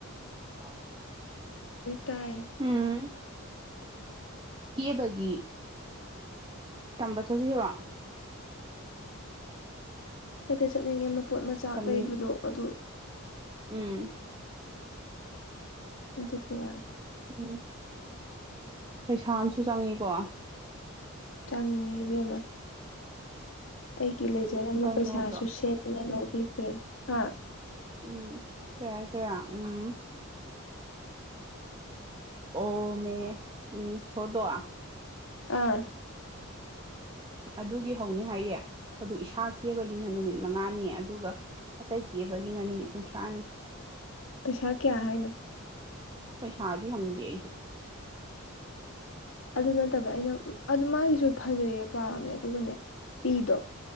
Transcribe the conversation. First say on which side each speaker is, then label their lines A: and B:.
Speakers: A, on the right; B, on the left.
A: <unintelligible>
B: ꯇꯥꯏꯌꯦ
A: ꯎꯝ ꯀꯦꯕꯒꯤ ꯇꯝꯕ ꯆꯠꯁꯤꯂꯨꯔꯣ
B: ꯆꯠꯇꯤ ꯆꯠꯅꯤꯡꯉꯦ ꯃꯄꯣꯠ ꯃꯆꯥꯛ
A: ꯇꯝꯅꯤꯡ
B: ꯂꯩꯕꯗꯣ ꯑꯗꯨ
A: ꯎꯝ
B: ꯑꯗꯨꯒꯤ ꯋꯥꯅꯦ
A: ꯎꯝ ꯄꯩꯁꯥ ꯑꯃꯁꯨ ꯆꯪꯉꯤꯀꯣ
B: ꯆꯪꯉꯤ ꯏꯕꯦꯝ ꯑꯃ ꯑꯩꯒꯤ ꯂꯩꯖꯔꯝꯕ
A: ꯀꯩꯅꯣꯗꯣ
B: ꯄꯩꯁꯥꯁꯨ ꯁꯦꯠꯇꯅ ꯂꯧꯕꯤꯒ꯭ꯔꯦ ꯍꯥ
A: ꯎꯝ ꯀꯩ ꯍꯥꯏꯁꯤꯔꯥ ꯎꯝ ꯑꯣ ꯃꯤꯌꯦ ꯎꯝ ꯁꯣꯔꯗꯣ
B: ꯑꯥ
A: ꯑꯗꯨꯒꯤ ꯍꯧꯅꯤ ꯍꯥꯏꯌꯦ ꯑꯗꯨ ꯏꯁꯥ ꯀꯦꯕꯒꯤꯅ ꯅꯨꯃꯤꯠ ꯃꯉꯥꯅꯤ ꯑꯗꯨꯒ ꯑꯇꯩ ꯀꯦꯕꯒꯤꯅ ꯅꯨꯃꯤꯠ ꯀꯨꯟꯊ꯭ꯔꯥꯅꯤ
B: ꯄꯩꯁꯥ ꯀꯌꯥ ꯍꯥꯏꯅꯣ
A: ꯄꯩꯁꯥꯗꯤ ꯍꯪꯗꯦ ꯑꯩꯁꯨ
B: ꯑꯗꯨ ꯅꯠꯇꯕ ꯑꯩꯅ ꯑꯗꯨ ꯃꯥꯒꯤꯁꯨ ꯐꯖꯩꯌꯦ ꯄꯥꯝꯃꯦ ꯑꯗꯨꯒꯅꯦ ꯄꯤꯗꯣ